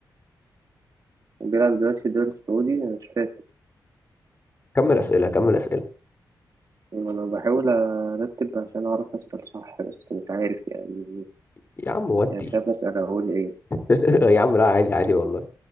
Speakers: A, on the right (about 50°); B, on the left (about 30°).
A: وبيلعب دلوقتي في الدوري السعودي أنا مش فاكر
B: كمل اسئله كمل اسئله
A: أنا بحاول أرتب عشان أعرف أسأل صح بس مش عارف يعني
B: يا عم ودي
A: يعني مش عارف أسأل أقول إيه
B: <laughs> يا عم لا عادي عادي والله